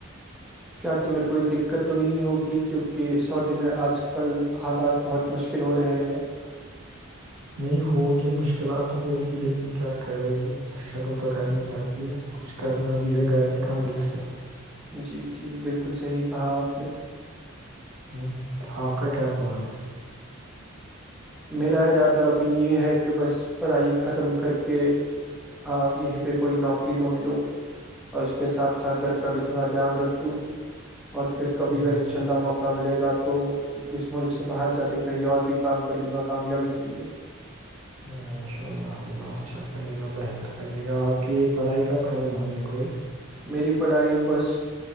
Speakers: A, in the centre; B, on the right.
A: کیا تمہیں کوئی دقت تو نہیں ہوگی کیونکہ سعودی میں آج کل حالات بہت مشکل ہو رہے ہیں
B: نہیں ہوگی مشکلات تو ہوگی لیکن کیا کریں گے اسٹرگل تو کرنی پڑتی ہے کچھ کرنا بھی ہے گھر میں کہاں بیٹ سکتے
A: جی جی بالکل صحیح کہا آپ نے
B: ہ آپ کا کیا پلان ہے
A: میرا ارادہ ابھی یہ ہے کہ بس پڑھائی ختم کر کے یہیں پہ کوئی نوکری ڈھونڈ لوں اور اس کے ساتھ ساتھ گھر کا بھی تھوڑا دھیان رکھ لوں اور پھر کبھی
B: ہوں،
A: اگر ان شاء اللہ موقع ملے گا تو اس ملک سے باہر جا کے کہیں اور بھی کام کر لوں گا کامیابی کے لیے
B: انشاء اللہ اللہ اچھا کرے گا بہتر کرے گا آپ کی پڑھائی کب ختم ہونے کو یہ
A: میری پڑھائی بس